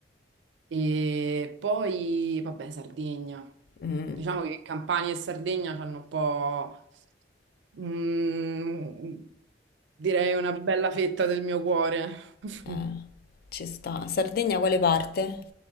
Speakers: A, on the right; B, on the left.
A: E poi, vabbè, Sardegna.
B: Mm,
A: Diciamo che Campania e Sardegna hanno un po', mm, direi, una bella fetta del mio cuore. <laughs>
B: eh, ci sta. Sardegna, quale parte?